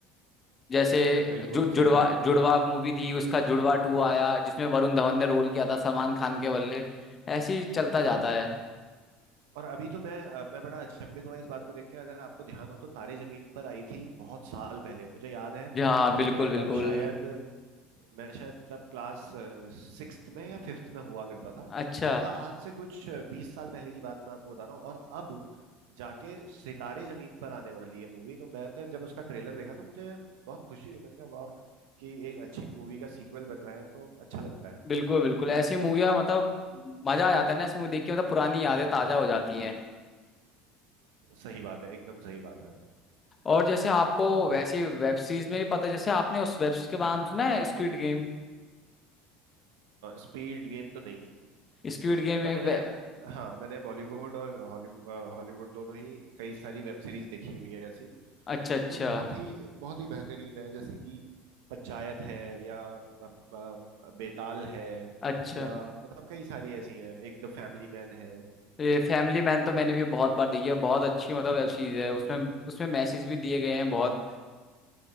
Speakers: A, on the left (about 30°); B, on the right (about 75°).
A: जैसे
B: बिल्कुल
A: जु, जुड़वा
B: सही बात है
A: जुड़वा मूवी थी उसका जुड़वा टू आया जिसमें वरुण धवन ने रोल किया था सलमान खान के बल्ले ऐसे ही चलता जाता
B: हाँ
A: है
B: और अभी तो मैं अ, मैं बड़ा अचंभित हुआ इस बात को देख के अगर आपको ध्यान हो तो तारे जमीन पर आई थी बहुत साल पहले मुझे याद है
A: जी हाँ बिल्कुल
B: कि मैं
A: बिल्कुल
B: तब शायद मैं शायद तब क्लास सिक्स्थ में या फिफ्थ में हुआ करता था
A: अच्छा
B: मतलब आज से कुछ बीस साल पहले की बात मैं आपको बता रहा हूँ और अब जाके सितारे जमीन पर आने वाली है मूवी तो मैं तो जब उसका ट्रेलर देखा तो मुझे बहुत खुशी हुई मैंने कहा वाह कि एक अच्छी मूवी का सीक्वल बन रहा है तो अच्छा लगता है
A: बिल्कुल बिल्कुल ऐसी मूवियाँ मतलब मजा आ जाता है ना ऐसी मूवी देख के मतलब पुरानी यादें ताजा हो जाती हैं
B: सही बात है एकदम सही बात है
A: और जैसे आपको वैसी वेब सीरीज में भी पता है जैसे आपने उस वेब सीरीज के नाम सुना है स्क्विड गेम
B: स्पीड गेन तो नहीं
A: स्क्विड गेम
B: पर
A: एक
B: मैंने
A: web-
B: हाँ मैंने बॉलीवुड और हॉलीवुड हॉलीवुड दोनों ही कई सारी वेब सीरीज देखी हुई है ऐसी
A: अच्छा अच्छा
B: जो बहुत ही बहुत ही बेहतरीन है जैसे कि पंचायत है या अ, अ, बेताल है
A: अच्छा
B: या मतलब कई सारी ऐसी हैं एक द फैमिली मैन है
A: ये फैमिली मैन तो मैंने भी बहुत बार देखी है बहुत अच्छी मतलब वेब सीरीज है उसमें उसमें मैसेज भी दिए गए हैं बहुत